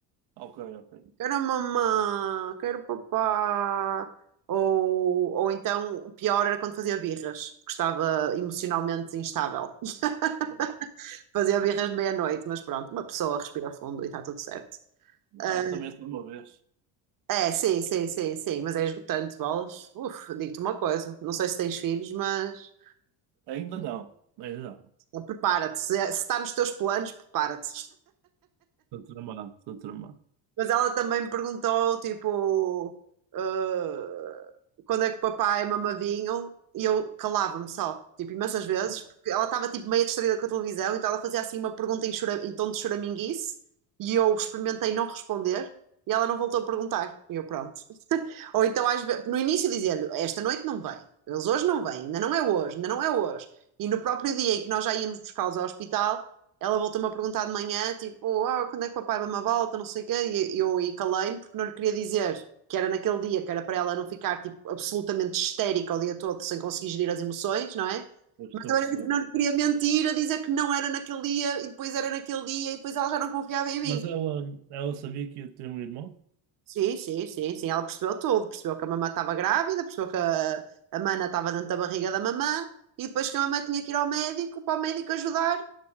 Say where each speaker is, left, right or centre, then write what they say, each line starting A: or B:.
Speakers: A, on the right; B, on the right.
A: Ok, ok.
B: Quero mamã, quero papá. Ou, ou então, o pior era quando fazia birras, porque estava emocionalmente instável. <laughs>
A: Pois.
B: Fazia birras de meia-noite, mas pronto, uma pessoa respira fundo e está tudo certo.
A: Claro,
B: Ah,
A: também só uma vez.
B: É, sim, sim, sim, sim, mas é esgotante, bolas. Uf, digo-te uma coisa, não sei se tens filhos, mas
A: Ainda não, ainda não.
B: eh, prepara-te. Se, é, se está nos teus planos, prepara-te.
A: Estou tramado, estou tramado.
B: Mas ela também me perguntou, tipo, ah, quando é que o papai mamadinho? E eu calava-me só, tipo, imensas vezes,
A: Pois,
B: porque ela estava, tipo, meio distraída com a televisão, então ela fazia, assim, uma pergunta em, chora- em tom de choraminguice, e eu experimentei não responder, e ela não voltou a perguntar. E eu, pronto. Ou então, às ve- no início, dizia-lhe: Esta noite não vem, eles hoje não vêm, ainda não é hoje, ainda não é hoje. E no próprio dia em que nós já íamos buscá-los ao hospital, ela voltou-me a perguntar de manhã: Tipo, "Oh, quando é que papai vai uma volta? Não sei o quê. E e eu aí calei-me porque não lhe queria dizer que era naquele dia, que era para ela não ficar tipo, absolutamente histérica o dia todo sem conseguir gerir as emoções, não é?
A: pois,
B: Mas
A: estou
B: também
A: a perceber.
B: não lhe queria mentir a dizer que não era naquele dia e depois era naquele dia e depois ela já não confiava em mim.
A: Mas ela, ela sabia que eu tenho um irmão?
B: Sim, sim, sim, sim. Ela percebeu tudo. Percebeu que a mamã estava grávida, percebeu que a, a mana estava dentro da barriga da mamã e depois que a mamã tinha que ir ao médico para o médico ajudar